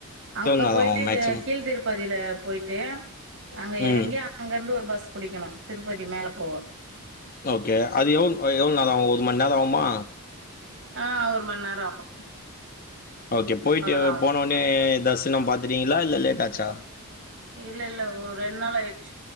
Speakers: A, on the right (about 55°); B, on the left (about 40°).
A: அங்க
B: நேரோ
A: போய்ட்டு
B: ஆகு மேக்சிமம்
A: த கீழ் திருப்பதில போய் ட்டு அங்க
B: ம்
A: எறங்கி அங்கர்ந்து ஒரு பஸ் புடிக்கணு திருப்பதி மேல போவ
B: ஓகே அதுக் எவ்ள் அ எவ்வள் நேர ஆகு ஒரு மண் நேரோ ஆகுமா
A: ஆ ஒரு மண் நேரோ ஆகு
B: ஓகே போய்ட்டு
A: அவ்ளோதா ஆகு
B: போன உன்னே தர்சினம் பாத்துட்டீங்களா இல்ல லேட்டாச்சா
A: இல்லல்ல ஒரு ரெண் நாள் ஆயிர்ச்சு